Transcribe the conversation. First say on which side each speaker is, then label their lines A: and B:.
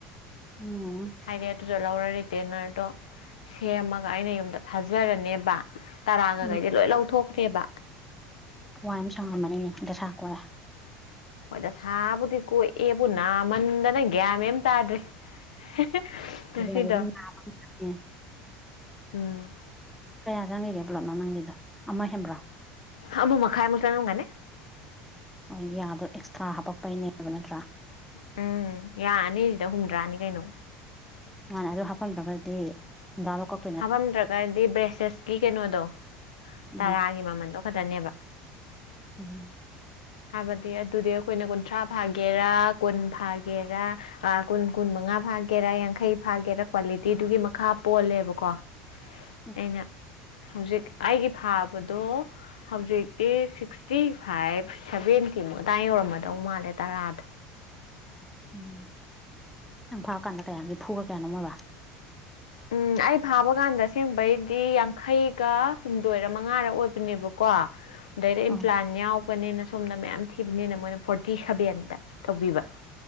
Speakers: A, in the centre; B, on the left.
A: <unintelligible>
B: ꯍꯥꯏꯔꯛꯑꯦ ꯑꯗꯨꯗꯣ ꯂꯧꯔ ꯔꯤꯇꯦꯅꯔꯗꯣ ꯁꯦꯝꯃꯒ ꯑꯩꯅ ꯌꯨꯝꯗ ꯐꯥꯖꯔꯅꯦꯕ ꯇꯔꯥꯒꯒꯩꯗꯤ
A: ꯎꯝ
B: ꯂꯣꯏ ꯂꯧꯊꯣꯛꯈ꯭ꯔꯦꯕ
A: ꯋꯥꯏ ꯑꯃ ꯁꯪꯉꯝꯃꯅꯤꯅꯦ ꯗꯁꯥ ꯀꯣꯛꯑꯦ
B: ꯍꯣꯢ ꯗꯁꯥꯕꯨꯗꯤ ꯀꯣꯛꯑꯦꯕꯨ ꯅꯥꯃꯟꯗꯅ ꯒ꯭ꯌꯥꯟ ꯃꯦꯟ ꯑꯝ ꯇꯥꯗ꯭ꯔꯤ ꯍꯦꯍꯦ ꯉꯁꯤꯗꯣ
A: ꯐꯖꯕ ꯑꯗꯨꯝ ꯂꯥꯛꯑꯦ
B: ꯎꯝ
A: ꯀꯌꯥ ꯆꯪꯒꯤꯒꯦ ꯄꯨꯂꯞꯅ ꯅꯪꯒꯤꯗꯣ ꯑꯃ ꯍꯦꯟꯕ꯭ꯔꯣ
B: ꯑꯃ ꯃꯈꯥꯏ ꯃꯨꯛ ꯆꯪꯉꯝꯒꯅꯤ
A: ꯑ ꯌꯥꯗꯣ ꯑꯦꯛꯁꯇ꯭ꯔꯥ ꯍꯥꯄꯛꯄꯩꯅꯦꯕ ꯅꯠꯇ꯭ꯔꯥ
B: ꯎꯝ ꯌꯥ ꯑꯅꯤꯖꯤꯗ ꯍꯨꯝꯗ꯭ꯔꯥꯅꯤ ꯀꯩꯅꯣ
A: ꯃꯥꯅꯦ ꯑꯗꯨ ꯍꯥꯞꯄꯝꯗ꯭ꯔꯒꯗꯤ ꯍꯨꯝꯗ꯭ꯔꯥꯗꯣ ꯀꯛ
B: ꯍꯥꯕꯝꯗ꯭ꯔꯒꯗꯤ ꯕ꯭ꯔꯦꯁꯦꯁꯀꯤ ꯀꯩꯅꯣꯗꯣ
A: ꯎꯝ
B: ꯇꯔꯥꯒꯤ ꯃꯃꯟꯗꯣ ꯈꯠꯇꯅꯦꯕ
A: ꯎꯝ
B: ꯍꯥꯏꯕꯗꯤ ꯑꯗꯨꯗꯤ ꯑꯩꯈꯣꯏꯅ ꯀꯨꯟꯊ꯭ꯔꯥ ꯐꯥꯒꯦꯔꯥ ꯀꯨꯟ ꯐꯥꯒꯦꯔꯥ <unintelligible> ꯀꯨꯟ ꯀꯨꯟ ꯃꯉꯥ ꯐꯥꯒꯦꯔꯥ ꯌꯥꯡꯈꯩ ꯐꯥꯒꯦꯔꯥ ꯀ꯭ꯋꯥꯂꯤꯇꯤꯗꯨꯒꯤ ꯃꯈꯥ ꯄꯣꯜꯂꯦꯕꯀꯣ
A: <inaudible>
B: ꯑꯩꯅ ꯍꯧꯖꯤꯛ ꯑꯩꯒꯤ ꯐꯥꯕꯗꯣ ꯍꯧꯖꯤꯛꯇꯤ ꯁꯤꯛꯁꯇꯤ ꯐꯥꯏꯚ ꯁꯚꯦꯟꯇꯤꯃꯨꯛ ꯑꯗꯥꯏ ꯌꯧꯔꯝꯃꯗꯧ ꯃꯥꯜꯂꯦ ꯇꯔꯥꯗ
A: ꯎꯝ ꯅꯪ ꯐꯥꯀꯥꯟꯗ ꯀꯌꯥ ꯅꯤꯐꯨꯒ ꯀꯌꯥꯅꯣꯝꯑꯣꯏꯕ
B: ꯎꯝ ꯑꯩ ꯐꯥꯕ ꯀꯥꯟꯗ ꯑꯁꯦꯡꯕꯩꯗꯤ ꯌꯥꯡꯈꯩꯒ ꯍꯨꯝꯗꯣꯏꯔ ꯃꯉꯥꯔ ꯑꯣꯏꯕꯅꯦꯕ ꯀꯣ ꯑꯗꯩꯗꯤ
A: ꯑꯥ
B: ꯏꯝꯄ꯭ꯂꯥꯟ ꯌꯥꯎ ꯕꯅꯤꯅ ꯁꯣꯝꯗ ꯃꯌꯥꯝ ꯊꯤꯕꯅꯤꯅ ꯃꯣꯏꯅ ꯐꯣꯔꯇꯤ ꯁꯚꯦꯟꯗ ꯇꯧꯕꯤꯕ